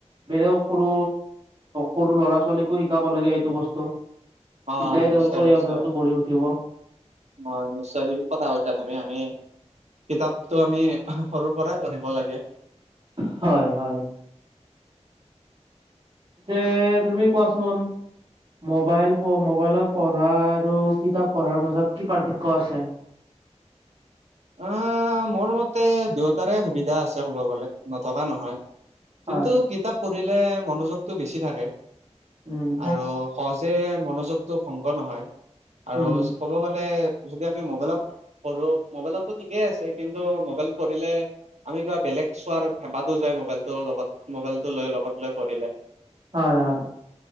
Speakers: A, on the right; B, on the right.
A: বেলেগ সৰু সৰু ল'ৰা ছোৱালীকো শিকাব লাগে এইটো বস্তু
B: অ',
A: তেতিয়াই
B: নিশ্চয়,
A: তেওঁলোকৰ এই
B: নিশ্চয়,
A: অভ্যাসতটো গঢ়ি উঠিব
B: অ নিশ্চয় ঠিক কথা কৈছা তুমি আমি কিতাপটো আমি সৰু পৰাই পঢ়িব লাগে
A: হয় হয় যে তুমি কোৱাচোন। মোবাইল প মোবাইলত পঢ়া আৰু কিতাপ পঢ়াৰ মাজত কি পাৰ্থক্য আছে।
B: অ' মোৰ মতে দুয়োটাৰে সুবিধা আছে ক'ব গ'লে। নথকা নহয়,
A: হয়
B: কিন্তু কিতাপ পঢ়িলে মনোযোগটো বেছি থাকে।
A: উম
B: আৰু সহজে মনোযোগতটো ভংগ নহয় আৰু।
A: উম
B: ক'ব গ'লে যদি আমি মোবাইলত পঢ়ো। মোবাইলতো ঠিকেই আছে কিন্তু মোবাইল পঢ়িলে। আমি কিবা বেলেগ চোৱাৰ হেপাহতো যায় মোবাইলটোৰ লগত মোবাইল টো লৈ লগত। লৈ কৰিলে।
A: হয় হয়